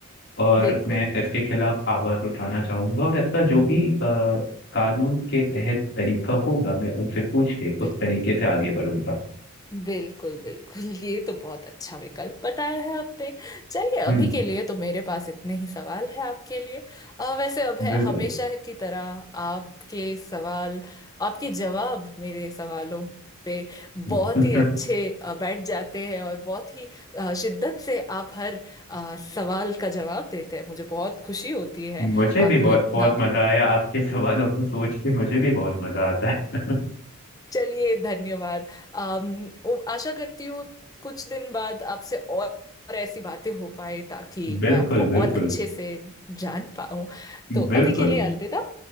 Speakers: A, on the left (about 50°); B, on the left (about 15°).
A: और
B: बिल्कुल
A: मैं इसके खिलाफ आवाज उठाना चाहूंगा और इसका जो भी अ, कानून के तहत तरीका होगा मैं उनसे पूछ के उस
B: बिल्कुल
A: तरीके से आगे बढ़ूंगा
B: बिल्कुल बिल्कुल <laughs> ये तो बहुत अच्छा विकल्प बताया है आपने चलिए अभी
A: हम्म
B: के लिए तो मेरे पास इतने ही सवाल है आपके लिए अ, वैसे अब है
A: बिल्कुल
B: हमेशा की तरह आपके सवाल आपके जवाब मेरे सवालों पे बहुत
A: <laughs>
B: ही अच्छे अ, बैठ जाते हैं और बहुत ही अ, शिद्दत से आप हर अ, सवाल का जवाब देते हैं मुझे बहुत खुशी होती है
A: मुझे भी
B: आपको
A: बहुत
B: इतना
A: बहुत मजा आया आपके सवालों को सोच के मुझे भी बहुत मजा आता है
B: चलिए धन्यवाद अम, उम, आशा करती हूँ कुछ दिन बाद आपसे और और ऐसी बातें हो पाए ताकि
A: बिल्कुल
B: मैं आपको और
A: बिल्कुल
B: अच्छे से जान पाऊं तो
A: बिल्कुल
B: अभी के लिए अलविदा